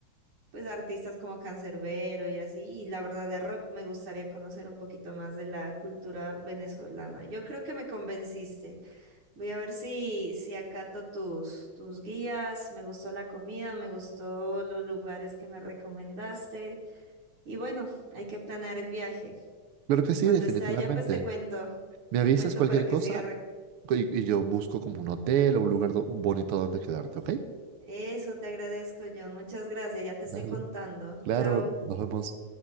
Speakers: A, on the right (about 70°); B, on the right (about 80°).
A: pues artistas como Canserbero y así. Y la verdad de rock me gustaría conocer un poquito más de la cultura venezolana. Yo creo que me convenciste. Voy a ver si, si acato tus, tus guías. Me gustó la comida, me gustó los lugares que me recomendaste. Y bueno, hay que planear el viaje.
B: Claro que sí,
A: Cuando
B: definitivamente.
A: está allá, pues te cuento,
B: Me
A: te
B: avisas
A: cuento
B: cualquier
A: para que
B: cosa
A: se agarre.
B: y, y yo busco como un hotel o un lugar do- bonito donde quedarte, ¿ok?
A: Eso te agradezco, John. Muchas gracias, ya te
B: Dale.
A: estoy contando.
B: Claro,
A: Chao.
B: nos vemos.